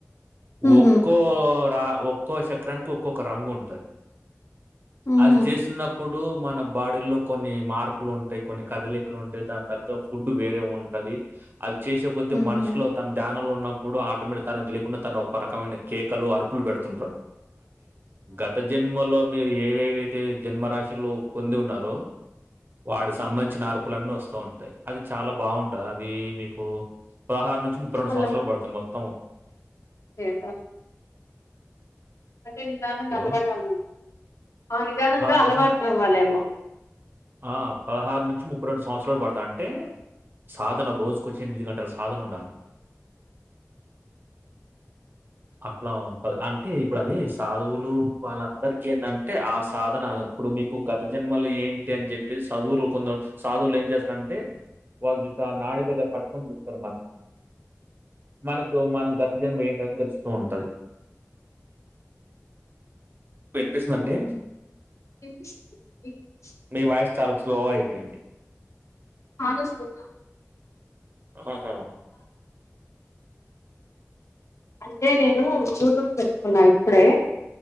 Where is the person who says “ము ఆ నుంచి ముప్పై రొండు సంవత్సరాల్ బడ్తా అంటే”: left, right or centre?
Right